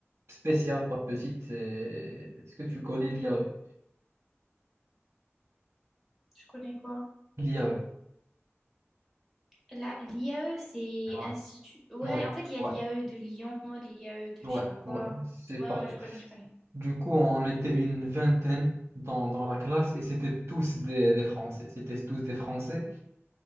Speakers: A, on the right (about 70°); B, in the centre.
A: spéciale, pas petite. c'est- Est-ce que tu connais l'IAE?
B: Je connais quoi?
A: L'IAE.
B: La, l'IAE, c'est
A: Ouais,
B: institut. Ouais,
A: ouais,
B: en fait, il y a
A: ouais,
B: l'IAE de Lyon, l'IAE de
A: ouais,
B: je sais pas quoi.
A: ouais. C'est
B: Ouais,
A: partout.
B: ouais, je connais, je connais.
A: Du coup, on était une vingtaine dans, dans la classe et c'était tous des, des Français. C'était tous des Français.